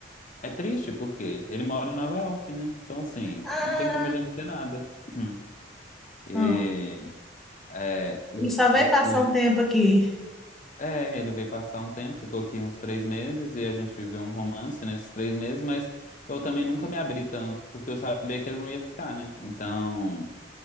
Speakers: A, on the left (about 40°); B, in the centre.
A: É triste porque ele mora em Nova York, né? Então, assim,
B: Ah,
A: não tem como a gente ter nada. Uhum. E
B: não.
A: é, os,
B: Ele só vai
A: os,
B: passar
A: os-
B: um tempo aqui.
A: é, ele veio passar um tempo, ficou aqui uns três meses e a gente viveu um romance nesses três meses, mas eu também nunca me abri tanto, porque eu sabia que ele não ia ficar, né? Então,